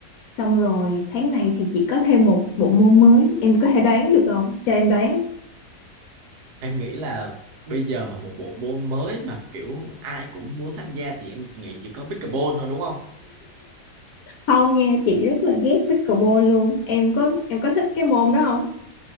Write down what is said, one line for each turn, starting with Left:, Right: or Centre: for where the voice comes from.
Left: Xong rồi tháng này thì chị có thêm một bộ môn mới Em có thể đoán được không? Cho em đoán
Right: em nghĩ là bây giờ mà một bộ môn mới mà kiểu ai cũng muốn tham gia thì em nghĩ chỉ có pickleball thôi đúng không
Left: Không nha, chị rất là ghét pickleball luôn Em có em có thích cái môn đó không?